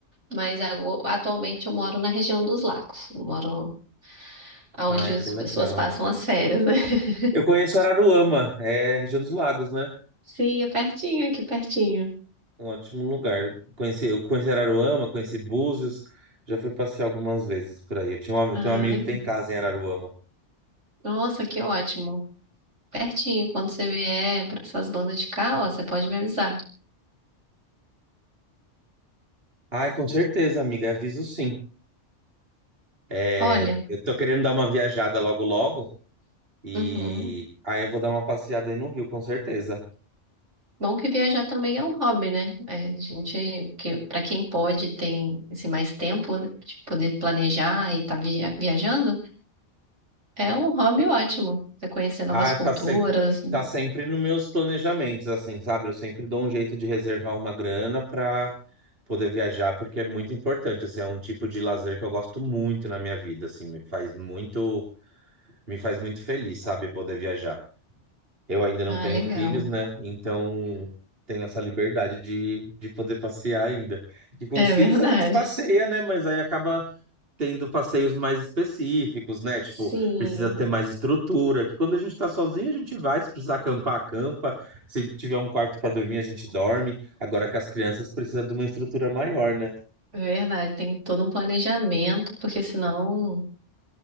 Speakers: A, on the right; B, on the right.
A: mas ago- atualmente eu moro na região dos Lagos. Eu moro onde
B: Ai,
A: as
B: que legal.
A: pessoas passam as férias, né? <laughs>
B: Eu conheço Araruama, é região dos lagos, né?
A: Sim, é pertinho, aqui pertinho.
B: É Um ótimo lugar. Conheci, eu conheci Araruama, conheci Búzios, já fui passear algumas vezes por aí. Eu tinha um, eu
A: Ah,
B: tenho um amigo
A: legal.
B: que tem casa em Araruama.
A: Nossa, que ótimo. Pertinho. Quando você vier para essas bandas de cá, ó, você pode me avisar.
B: Ai, com certeza, amiga, aviso sim. É,
A: Olha,
B: Eu tô querendo dar uma viajada logo logo e
A: uhum.
B: aí eu vou dar uma passeada aí no Rio, com certeza.
A: Bom que viajar também é um hobby, né? É, a gente, que, para quem pode, tem assim, mais tempo né, de poder planejar e estar viajando, é um hobby ótimo. Você conhecer novas
B: Ah,
A: culturas.
B: tá, se... tá sempre nos meus planejamentos, assim, sabe? Eu sempre dou um jeito de reservar uma grana pra poder viajar, porque é muito importante, assim, é um tipo de lazer que eu gosto muito na minha vida, assim, me faz muito, me faz muito feliz, sabe, poder viajar. Eu ainda não
A: Ah,
B: tenho
A: legal.
B: filhos, né? Então tenho essa liberdade de, de poder passear ainda. E com
A: É
B: os filhos
A: verdade.
B: a gente passeia, né? Mas aí acaba tendo passeios mais específicos, né? Tipo,
A: Sim,
B: precisa ter mais estrutura, que quando a gente tá sozinho, a gente vai, se precisar acampar, acampa, se tiver um quarto pra dormir, a gente dorme. Agora com as crianças precisa de uma estrutura maior, né?
A: é verdade. Tem todo um planejamento, porque senão